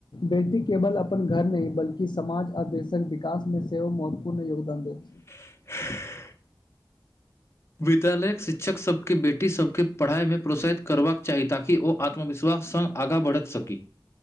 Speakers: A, on the left; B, on the left.
A: बेटी केवल अपन घर नहि बल्कि समाज आ देशक विकास मे से सेओ महत्वपूर्ण योगदान दैत अछि
B: <inaudible> विद्यालयक शिक्षक सभके बेटी सभके पढ़ाई मे प्रोत्साहित करबाक चाही ताकि ओ आत्मविश्वास सँ आगाँ बढ़ि सकी